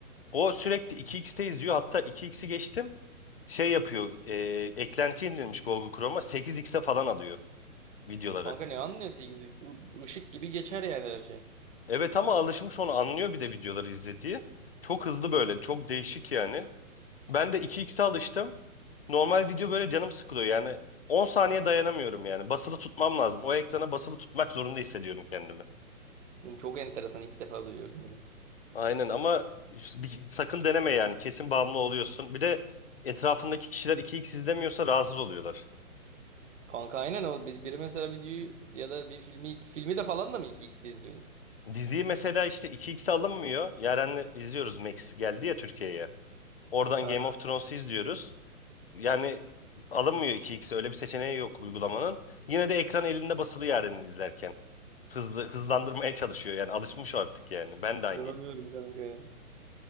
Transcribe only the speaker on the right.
Kanka ne anlıyorsun? Işık gibi geçer yani her şey.
Oğlum Çok enteresan. İlk defa duyuyorum
Kanka aynen o. Bir- Biri mesela videoyu ya da bir filmi iki- filmi de falan da mı 2x'te izliyorsunuz?
Haha.
İnanamıyorum
kanka ya.